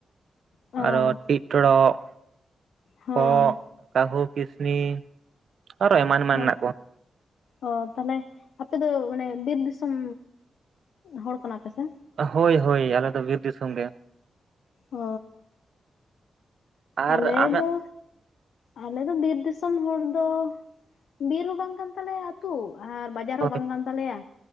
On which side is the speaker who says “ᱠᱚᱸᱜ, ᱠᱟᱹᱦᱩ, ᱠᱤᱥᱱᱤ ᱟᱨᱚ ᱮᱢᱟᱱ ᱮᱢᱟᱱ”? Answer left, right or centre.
Right